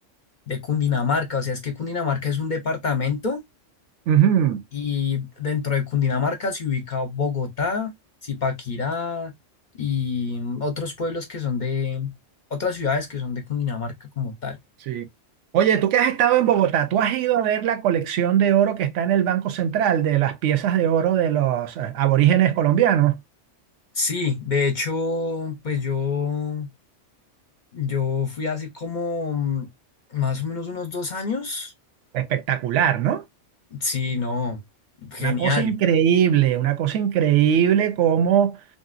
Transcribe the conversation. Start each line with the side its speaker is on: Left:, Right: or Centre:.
Left: de Cundinamarca, o sea, es que Cundinamarca es un departamento.
Right: Ujú,
Left: Y dentro de Cundinamarca se ubica Bogotá, Zipaquirá y mm, otros pueblos que son de otras ciudades que son de Cundinamarca como tal.
Right: sí. Oye, tú que has estado en Bogotá, ¿tú has ido a ver la colección de oro que está en el Banco Central de las piezas de oro de los eh, aborígenes colombianos?
Left: Sí, de hecho, pues yo, yo fui hace como mm, más o menos unos dos años.
Right: Espectacular, ¿no?
Left: Sí, no, genial.
Right: Una cosa increíble, una cosa increíble como